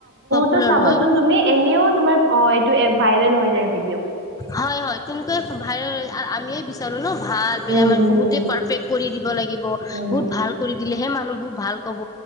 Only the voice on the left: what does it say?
পপুলাৰ
হয়
হয় হয়, কিন্তু এই ভাইৰে ৰে আমিয়ে বিচাৰো নহ ভাল বেয়াৰ
আমাৰ
বহুতে পাৰফেক কৰি দি কৰিব লাগিব,
বহুত ভাল কৰি দিলেহে মানুহবোৰ ভাল কব,